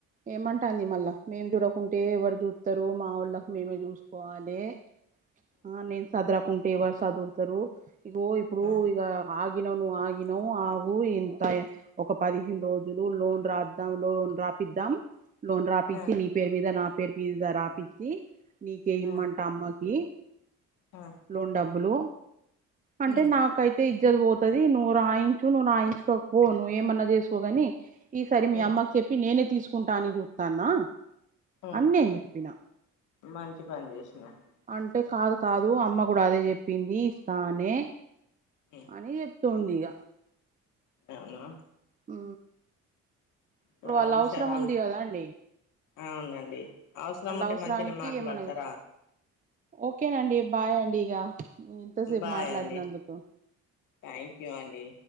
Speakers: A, on the right; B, on the left.
A: ఏమంటాంది మళ్ళా మేము చూడకుంటే, ఎవరు చూస్తారు మా వాళ్ళకి మేమే చూసుకోవాలె ఆ నేను సదరకుంటే ఎవరు సదురుతారు ఇగో ఇప్పుడు
B: ఆ
A: ఇగ ఆగిన అగినవ్ అగు ఇంతా ఒక పదిహేను రోజులు లోన్ రాద్దాం లోన్ రాపిద్దాం లోన్ రాపిచ్చి
B: ఆ
A: నీ పేరు మీద నా పేరు మీద రాపిచ్చి నీకే ఇమన్
B: ఆ
A: తమ్మకి
B: ఆ
A: లోన్ డబ్బులు అంటే
B: ఉమ్
A: నాకైతే ఇజ్జత్ పోతది నువ్ రాయిన్ నువ్వు రాయించుకోకు నువ్ ఏమన్నా చేసుకోగాని ఈసారి మీ
B: ఉమ్
A: అమ్మక్ చెప్పి నేనే తీసుకుంటా అని చూస్తాన్నా
B: ఉమ్
A: అని నేను చెప్పినా
B: మంచి పని చేసినవ్
A: అంటే కాదు కాదు అమ్మ కూడా అదే చెప్పింది ఇస్తానే
B: ఏ
A: అని చెప్తుందిగ
B: అవునా
A: ఉ ఇప్పుడు
B: బాగా
A: వాళ్ళవసరం
B: హుషారాలు
A: ఉంది కదండి
B: అవునండి అవసరం ఉంటే
A: అవసరానికి
B: మంచిగనే మాట్లాడతారా
A: ఏమన్నా ఓకేనండి బాయ్ అండి ఇగ ఇంతసేపు
B: బాయ్
A: మాట్లాడినందుకు
B: అండి థ్యాంక్ యూ అండి